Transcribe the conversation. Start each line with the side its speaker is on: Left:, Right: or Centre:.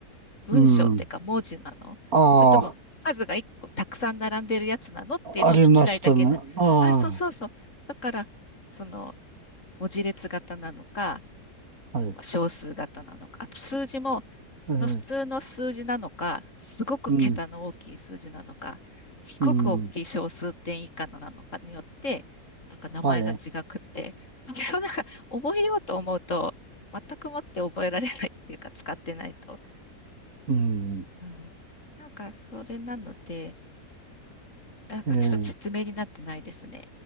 Left: 文章っていうか文字なのそれとも数が一個たくさん並んでるやつなのっていうのを聞きたいだけな。
Right: うん、ああ、ありましたね。あ
Left: あ、そうそうそう。だから、その文字列型なのか、
Right: あ、はい、
Left: まあ小数型なのか、あと数字も、
Right: ええ、
Left: まあ、普通の数字なのか、すごく桁の大きい数字なのか、
Right: うん、
Left: すごく大きい小数点以下のなのかによって、
Right: うん。
Left: なんか名前が違くって、
Right: はい。
Left: それをなんか覚えようと思うと、全くもって覚えられないっていうか使ってないと。
Right: うん。
Left: うんなんかそれなので、なんかちょっと説明になってないですね。
Right: ええ、